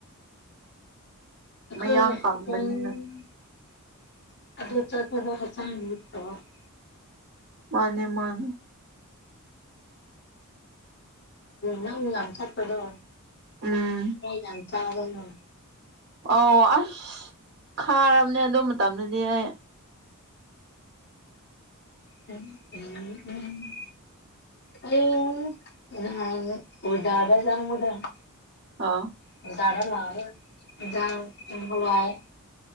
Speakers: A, on the left (about 50°); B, on the right (about 50°).
A: ꯑꯩꯈꯣꯏ
B: ꯃꯌꯥꯡ ꯀꯪꯕꯅꯤꯅ
A: <unintelligible>
B: ꯃꯥꯅꯦ ꯃꯥꯅꯦ
A: ꯅꯪ ꯌꯥꯝ ꯆꯠꯄꯗꯣ
B: ꯎꯝ
A: ꯌꯥꯝ ꯆꯥꯕꯅ
B: ꯑꯣ ꯑꯁ ꯈꯥꯔꯝꯅꯦ ꯑꯗꯨ ꯃꯇꯝꯗꯗꯤ ꯑꯩ
A: ꯎꯝ ꯎꯝ ꯎꯝ ꯑꯩ ꯅꯍꯥꯟ <unintelligible>
B: ꯑꯥ
A: <unintelligible> ꯏꯟꯖꯥꯡ ꯍꯋꯥꯏ